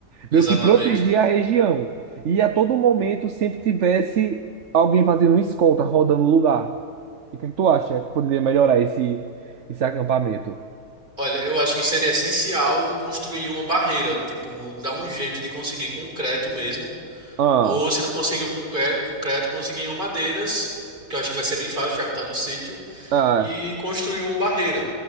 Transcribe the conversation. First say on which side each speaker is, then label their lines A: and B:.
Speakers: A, on the right (about 30°); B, on the right (about 55°).
A: Exatamente.
B: Meio que proteger a região. E a todo momento sempre tivesse alguém fazendo uma escolta, rodando o lugar. E o que é que tu acha que poderia melhorar esse, esse acampamento?
A: Olha, eu acho que seria essencial construir uma barreira, tipo, dar um jeito de conseguir concreto mesmo,
B: Ah,
A: ou se não conseguir o concre- concreto, conseguir em madeiras, que eu acho que vai ser bem fácil, já que tá no sítio.
B: ah,
A: e construiu uma barreira.